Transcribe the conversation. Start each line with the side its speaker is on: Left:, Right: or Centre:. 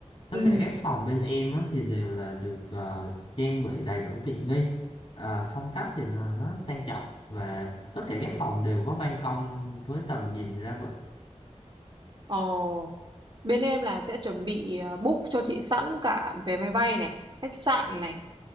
Left: tất
Right: Ừm,
Left: cả các phòng bên em á, thì đều là được ờ, trang bị đầy đủ tiện nghi À, phong cách thì là nó sang trọng và tất cả các phòng đều có ban công với tầm nhìn ra vịnh
Right: Ồ, bên em là sẽ chuẩn bị à, book cho chị sẵn cả vé máy bay này, khách sạn này,